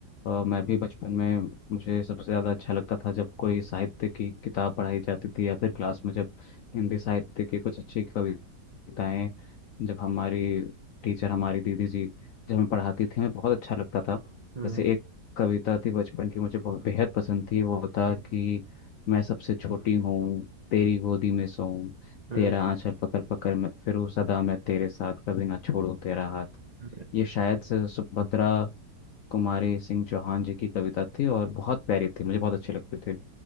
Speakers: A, on the left (about 75°); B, on the right (about 80°).
A: अ, मैं भी बचपन में मुझे सबसे ज़्यादा अच्छा लगता था जब कोई साहित्य की किताब पढ़ाई जाती थी या फिर क्लास में जब हिंदी साहित्य की कुछ अच्छी कविताएं जब हमारी टीचर हमारी दीदी जी जब हमें पढ़ाती थी हमें बहुत अच्छा लगता था
B: हम्म
A: जैसे एक कविता थी बचपन की मुझे बहुत बेहद पसंद थी वो था
B: हम्म
A: कि मैं सबसे छोटी हूँ तेरी गोदी में सोऊं
B: हम्म,
A: तेरा आंचल पकड़ पकड़ मैं फिर हूँ सदा मैं तेरे साथ कभी ना छोड़ू तेरा हाथ
B: हम्म,
A: ये शायद से सुभद्रा कुमारी सिंह चौहान जी की कविता थी और बहुत प्यारी थी मुझे बहुत अच्छी लगती थी